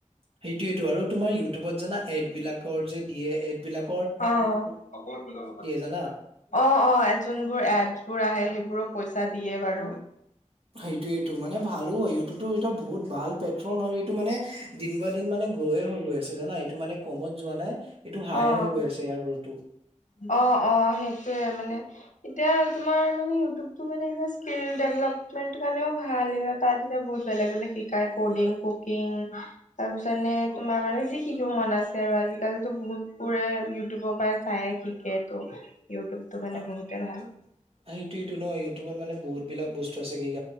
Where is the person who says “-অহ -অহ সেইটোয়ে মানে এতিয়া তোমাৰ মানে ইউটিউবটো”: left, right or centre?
Left